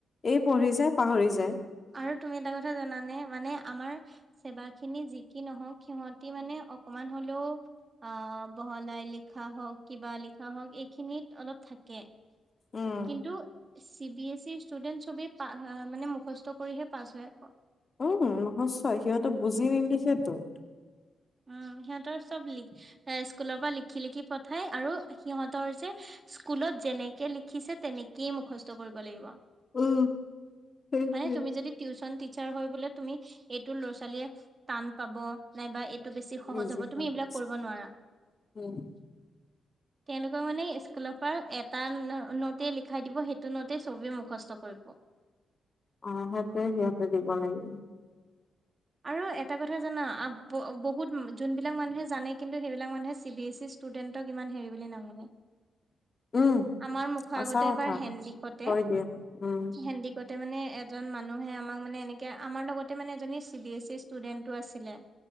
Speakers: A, on the left; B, on the right.
A: এই পঢ়ি যায়, <unintelligible> যায়।
B: আৰু তুমি এটা কথা জানানে? মানে আমাৰ। চেবা খিনি যি কি নহওঁক সিহঁতি মানে অকমান হলেও <unintelligible> আহ বহলাই লিখা হওক কিবা লিখা হওক এইখিনিত অলপ থাকে।
A: উম।
B: কিন্তু চি বি এ চি ৰ ষ্টুডেন্ট চবেই মানে মুখস্থ কৰিহে পাছ হয় আকৌ। <unintelligible>
A: উম মুখস্ত সিহঁতে বুজি নিলিখে ত'। <unintelligible>
B: উম সিহঁতৰ চব লিখ এ স্কুলৰ পৰা লিখি লিখি পঠায় আৰু সিহঁতৰ যে <unintelligible> স্কুলত যেনেকে লিখিছে তেনেকেই মুখস্থ কৰিব লাগিব।
A: উম, সেইটোৱে।
B: মানে তুমি যদি টিউচন দি টিচাৰ হয় বোলে তুমি এইটো ল'ৰা-ছোৱালীয়ে টান পাব নাইবা এই <unintelligible> টো বেছি সহজ
A: ইজি
B: হ'ব তুমি
A: কৰি
B: এইবিলাক
A: দিছে
B: কৰিব নোৱাৰা <unintelligible>
A: উম।
B: তেওঁলোকে মানে স্কুলৰ পৰা এটা নোট লিখাই দিব, সেইটো নটেই ছবি মুখস্থ কৰিব। <unintelligible>
A: অ' সেইতোয়ে সিহঁতে দিব লাগে। <unintelligible>
B: আৰু এটা কথা জানা বহুত যোনবিলাক মানুহে জানে কিন্তু সেইবিলাক মানুহে চি বি এচি ই <unintelligible> ষ্টুডেণ্টক ইমান হেৰি বুলি নাভাবে।
A: উম,
B: আমাৰ মুখৰ
A: সঁচা
B: আগতে
A: কথা
B: এবাৰ হেন্দিকতে,
A: কৈ দিয়ে উম।
B: হেন্দিকতে মানে এজন মানুহে আমাক মানে এনেকে আমাৰ লগতে মানে এজনী চি বি এছ ইৰ ষ্টুডেন্টটো আছে। <unintelligible>